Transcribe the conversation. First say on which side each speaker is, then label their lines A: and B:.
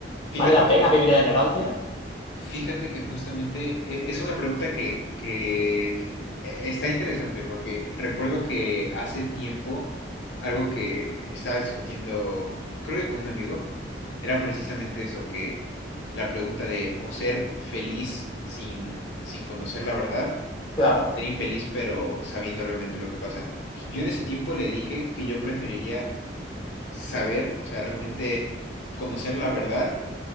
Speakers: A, on the left; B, on the left.
A: Fíjate
B: ¿vale la pena
A: que
B: vivir en la ignorancia?
A: Fíjate que justamente e- es una pregunta que, que e, está interesante porque recuerdo que hace tiempo algo que estaba discutiendo, creo que con un amigo, era precisamente eso, que la pregunta de o ser feliz sin, sin conocer la verdad,
B: Claro.
A: ser infeliz pero sabiendo realmente lo que pasa. Yo en ese tiempo le dije que yo preferiría saber, o sea, realmente conocer la verdad,